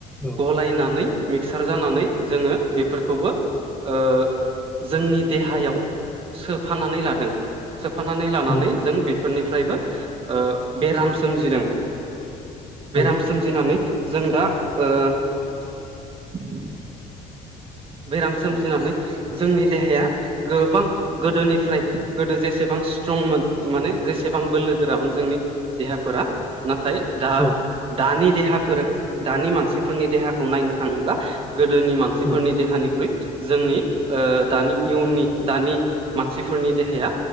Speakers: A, in the centre; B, on the right.
A: औ
B: गलायनानै मिक्सार जानानै जोङो बेफोरखौबो ओ जोंनि देहायाव सोफानानै लादों सोफानानै लानानै
A: नंगौ
B: जों बे फोरनिफ्रायबो ओ बेराम सोमजिदों
A: नंगौ
B: बेराम सोमजिनानै जों दा ओ <unintelligible> बेराम सोमजिनानै जोंनि देहाया गोबां गोदोनिफ्राय गोदो जेसेबां स्ट्रंमोन माने जेसेबां बोलो गोरामोन जोंनि देहाफोरा नाथाय दा
A: औ
B: दानि देहाफोर दानि मानसिफोरनि देहाखौ नायनो थाङोब्ला गोदोनि मानसिफोरनि
A: औ
B: देहानिख्रुइ जोंनि ओ दानि इयुननि दानि मानसिफोरनि देहाया